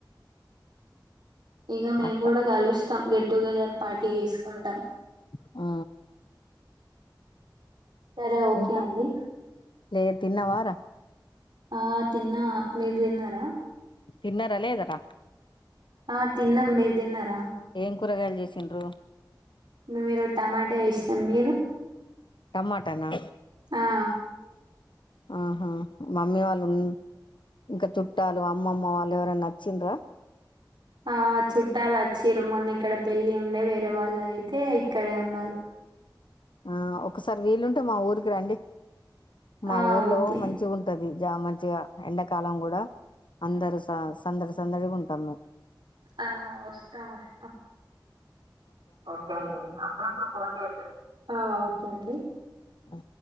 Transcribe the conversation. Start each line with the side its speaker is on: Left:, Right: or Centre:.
Right: ఇక మేము
Left: అట్ట
Right: కూడా కలుస్తాం గెట్టుగెదర్ పార్టీ వేసుకుంటాం
Left: ఆ
Right: సరే ఓకే
Left: ఇంకా
Right: అండి
Left: లే తిన్న వార
Right: ఆ తిన్నా మీరు తిన్నారా
Left: తిన్నారా లేదా రా
Right: ఆ తిన్న మీరు తిన్నారా
Left: ఇం కూరగాయలు చేసిండ్రు
Right: మీరు టమాటా వేసినాం మీరు
Left: టమాటనా
Right: ఆ
Left: ఆహా మమ్మీ వాళ్ళు ఉ ఇంకా చుట్టాలు అమ్మమ్మ వాళ్ళు ఎవరైనా నచ్చింద్రా
Right: ఆ చుట్టాలు వచ్చిర మొన్న ఇక్కడ పెళ్ళి ఉండే వేరే వాళ్ళు అయితే ఇక్కడే ఉన్నారు
Left: ఆ ఒకసారి వీలుుంటే మా ఊరికి రండి మా
Right: ఆ
Left: ఊర్లో
Right: ఓకే
Left: మంచి ఉంటది మ మంచిగా ఎండాకాలం కూడా అందరుూ స సందడి సందడిగా ఉంటాము మేము
Right: ఆ వస్తాం వస్తాం ఓకే అండి అప్పుప్పుడు ఫోన్ చేడి ఓకే అండి
Left: ఆ